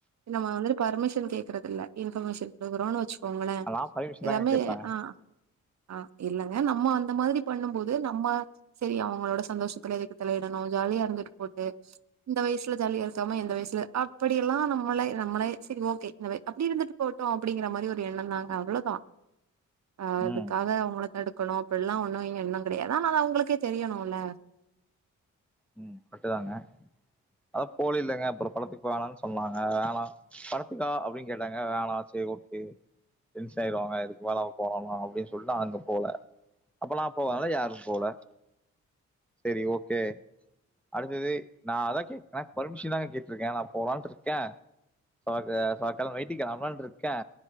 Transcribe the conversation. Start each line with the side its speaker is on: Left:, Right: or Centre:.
Right: நம்ம வந்து பர்மிஷன் கேடக்கறதில்ல இன்ஃபர்மேஷன் அதுக் ஒரு ஆள வெச்சு போங்களே
Centre: நா பர்மிஷன்
Right: எல்லாமே
Centre: தாங்க கேப்பே
Right: ஆ ஆஹ் இல்லங்க நம்ம வந் இந்த மாதிரி பண்ணும் போது நம்ம சரி அவங்களோட சந்தோஷத்துல எதுக்கு தலையிடணு ஜாலியா இருந்துட்டு போட்டு இந்த வயசுல ஜாலியா இருக்காம எந்த வயசுல அப்படி எல்லா நம்மள நம்மளே சரி ஓகே இந்த அப்படி இருந்துட்டு போட்டோ அப்படிங்கற மாதிரி ஒரு எண்ணந்தாங்க அவ்ளோதா ஆ அதுக்காக
Centre: ம்
Right: அவங்க தடுக் கனு இப்படிலா ஒண்ணு எண்னோ கெடையாது ஆனா அது அவங்களுக்கே தெரியணுமல்ல
Centre: ம் கரெக்ட்டுதாங்க அத போல இல்லைங்க அப்புறம் படத்துக்கு வேணாம்னு சொன்னாங்க வேணாம் படத்துக்கா அப்படின்னு கேட்டாங்க வேணா சரி ஓகே டென்ஷன் ஆய்டுவாங்க இதுக்கு மேல போலாமா அப்படின்னு சொல்லிட்டு நா அங்க போல அப்ப நான் போவதால யாரும் போல சரி ஓகே அடுத்தது நா அதா கேக்கற பர்மிஷன்தா கேட்டுருக்க நான் போலான்ட்டு இருக்க ச சாக்கால வெயிட்டிக்குலனள்ட்டு இருக்க